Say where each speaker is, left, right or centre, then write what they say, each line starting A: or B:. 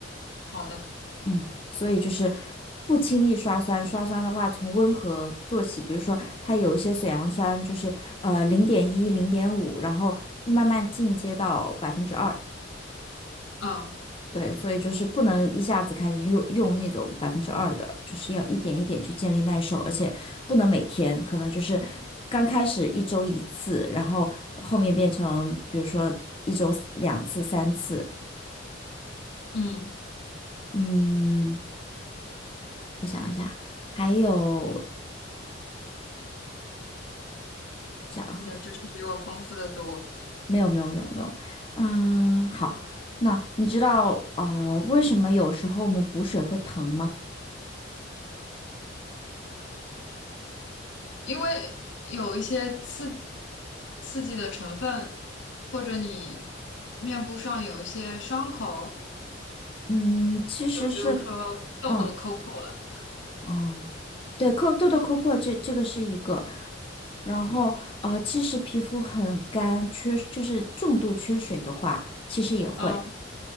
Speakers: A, on the left (about 75°); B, on the left (about 30°).
A: 好的，
B: 嗯，所以就是不轻易刷酸。刷酸的话，从温和做起，比如说它有一些水杨酸，就是呃零点一、零点五，然后慢慢进阶到百分之二，
A: 嗯
B: 对，所以就是不能一下子开始用用那种百分之二的，就是要一点一点去建立耐受，而且不能每天，可能就是刚开始一周一次，然后后面变成比如说一周两次、三次。
A: 嗯
B: 嗯，我想一下，还有想
A: 你的知识比我丰富的多，
B: 没有没有没有没有，嗯，好，那你知道啊，呃为什么有时候我们补水会疼吗？
A: 因为有一些刺激刺激的成分，或者你面部上有一些伤口，
B: 嗯，其实是。
A: 就比如说痘痘抠破了，
B: 嗯。哦，对，抠，痘痘抠破这这个是一个，然后呃，其实皮肤很干，缺就是重度缺水的话，其实也会，
A: 嗯